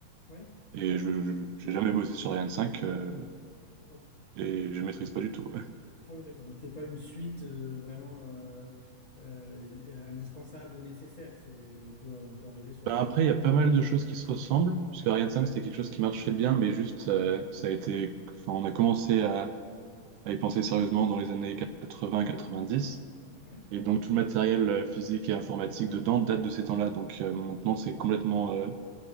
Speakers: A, on the left; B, on the right.
A: ouais,
B: et je je- j'ai jamais bossé sur Ariane 5 euh,
A: d'accord.
B: et je maîtrise pas du tout. <laughs>
A: Ah oui, d'accord. Donc c'est pas une suite euh, vraiment euh, euh, euh, indispensable ou nécessaire. C'est, on peut, on peut arriver sur
B: Ben
A: rien.
B: après il y a pas mal de choses qui se ressemblent parce que Ariane 5 c'était quelque chose qui marchait bien mais juste euh, ça a été, enfin on a commencé à, à y penser sérieusement dans les années 80-90
A: Ouais,
B: Et donc tout le matériel euh, physique et informatique dedans date de ces temps-là. Donc euh, maintenant, c'est complètement euh,